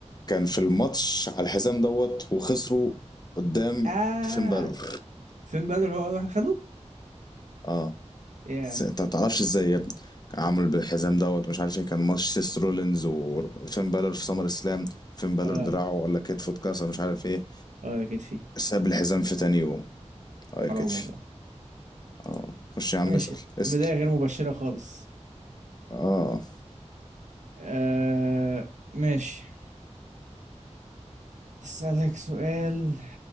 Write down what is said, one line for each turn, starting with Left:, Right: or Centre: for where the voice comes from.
Left: كان في الماتش على الحزام دوت وخسروا قدام
Right: اه
Left: فين بالور
Right: فين بدر هو اول واحد خده
Left: اه
Right: ياه
Left: س- انت ما تعرفش ازاي يا ابني عمل بالحزام دوت مش عارف ايه كان ماتش سيس رولينز وفين بالور في سمر اسلام فين بالور
Right: اه
Left: دراعه ولا كتفه اتكسر مش عارف ايه
Right: اه يا كتفي
Left: ساب الحزام في تاني يوم
Right: حرام
Left: اه يا كتفي
Right: والله
Left: اه خش يا عم
Right: ماشي
Left: اسأل اسأل
Right: بداية غير مبشرة خالص
Left: اه
Right: آه ماشي اسألك سؤال